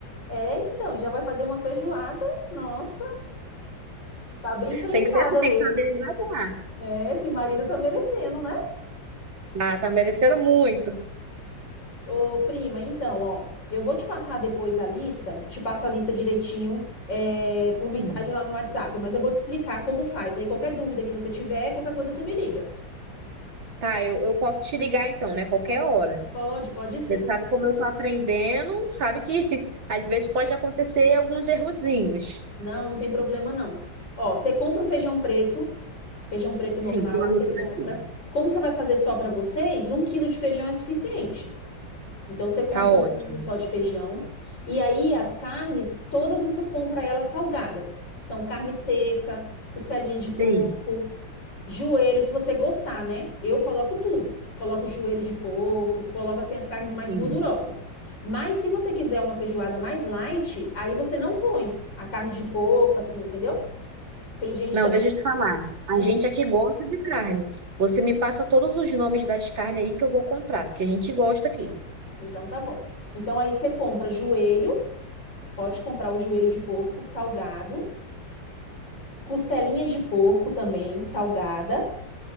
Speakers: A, on the left; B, on the right.
A: É, então, já vai fazer uma feijoada. Nossa. Tá bem prendada
B: Tem que ser assim, tem
A: mesmo.
B: que saber agradar.
A: É, esse marido tá merecendo, né?
B: Ah, tá merecendo muito.
A: Ô, prima, então, ó, eu vou te passar depois a lista, te passo a lista direitinho, é, por
B: Sim.
A: mensagem lá no WhatsApp, mas eu vou te explicar como faz. Aí qualquer dúvida que você tiver, qualquer coisa tu me liga.
B: Tá, eu, eu posso te ligar então, né? Qualquer hora.
A: Pode, pode sim.
B: Você sabe como eu tô aprendendo, sabe que <laughs> às vezes pode acontecer alguns errozinhos.
A: Não, não tem problema não. Ó, você compra o feijão preto, feijão preto
B: Sim,
A: normal,
B: tô anotando
A: você compra.
B: aqui.
A: Como você vai fazer só pra vocês, um quilo de feijão é suficiente. Então você compra
B: Tá ótimo.
A: um quilo só de feijão e aí as carnes todas você compra elas salgadas. Então carne seca, costelinha de porco,
B: Sim,
A: joelho, se você gostar, né? Eu coloco tudo. Coloco joelho de porco, coloco assim as carnes mais
B: sim.
A: gordurosas. Mas se você quiser uma feijoada mais light, aí você não põe a carne de porco assim, entendeu? Tem gente
B: Não,
A: também,
B: deixa eu te falar. A
A: hum,
B: gente aqui gosta de carne. Você me passa todos os nomes das carnes aí que eu vou comprar, porque a gente gosta aqui.
A: então tá bom. Então aí você compra joelho, pode comprar o joelho de porco salgado costelinha de porco também, salgada,